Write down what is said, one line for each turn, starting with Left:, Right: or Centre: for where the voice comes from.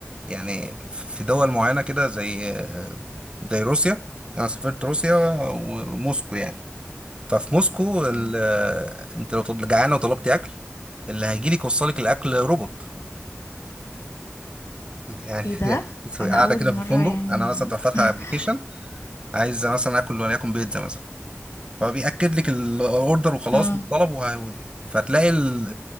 Right: يعني في دول معينه كده زي زي روسيا انا سافرت روسيا وموسكو يعني ففي موسكو ال-
Left: أمم.
Right: انت لو طل- جعانه وطلبتي اكل اللي هيجي لك يوصل لك الاكل روبوت يعني
Left: ايه
Right: <laughs>
Left: ده
Right: يعني
Left: انا
Right: قاعده
Left: اول
Right: كده
Left: مرة
Right: في الفندق
Left: يعني
Right: انا مثلا تروح فاتحه
Left: <laughs>
Right: ابلكيشن عايز مثلا اكل وليكن بيتزا مثلا فبيأكد لك الاوردر وخلاص
Left: اه
Right: الطلب وه... فتلاقي ال...